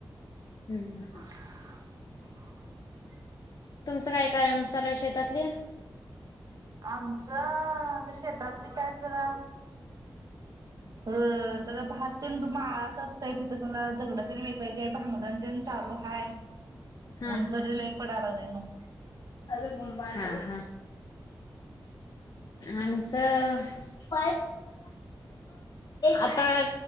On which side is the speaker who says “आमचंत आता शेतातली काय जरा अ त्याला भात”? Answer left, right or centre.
Right